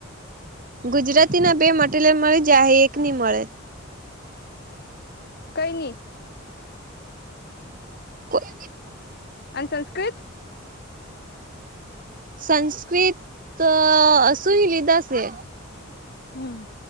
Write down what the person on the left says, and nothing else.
કંઈ નહીં?
અને સંસ્કૃત?
હમ,